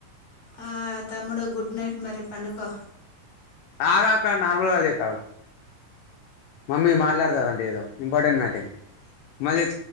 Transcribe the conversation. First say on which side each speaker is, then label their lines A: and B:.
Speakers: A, on the left (about 30°); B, on the left (about 80°).
A: ఆ తమ్ముడు గుడ్ నైట్ మరి పండుకో
B: ఆగాక నార్మల్గా చెత్త ఆగు మమ్మీ మాట్లాడుతదండి ఏదో ఇంపార్టెంట్ మ్యాటింగ్ మళ